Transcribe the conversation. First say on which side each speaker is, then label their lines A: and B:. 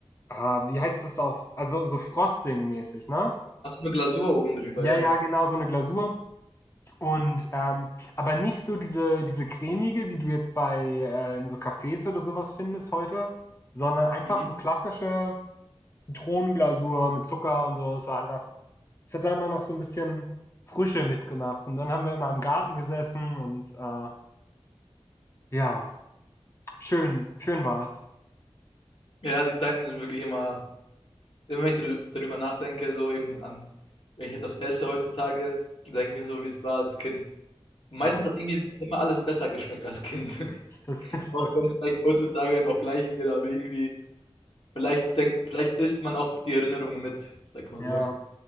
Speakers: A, on the left (about 25°); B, on the left (about 60°).
A: ah, wie heißt das auf, also so Frosting-mäßig, ne?
B: Hast du eine Glasur oben drüber,
A: Ja,
B: ja.
A: ja, genau, so eine Glasur. Und ähm, aber nicht so diese, diese cremige, die du jetzt bei äh, in so Cafés oder sowas findest heute, sondern einfach
B: Mhm.
A: so klassische Zitronenglasur mit Zucker und so. Es war einfach, es hat da immer noch so ein bisschen Frische mitgemacht. Und dann haben wir immer im Garten gesessen und äh, ja, schön, schön war's.
B: Ja, die Zeiten sind wirklich immer, immer wenn ich drü- darüber nachdenke, so eben an, wenn ich etwas esse heutzutage, denke ich mir so, wie es war als Kind. Meistens
A: Ja,
B: hat irgendwie immer alles besser geschmeckt als Kind. <laughs>
A: <laughs> das ist
B: Auch
A: so,
B: wenn es vielleicht heutzutage noch gleich wäre, aber irgendwie, vielleicht denkt, vielleicht isst man auch die Erinnerungen mit, sag ich mal
A: ja.
B: so.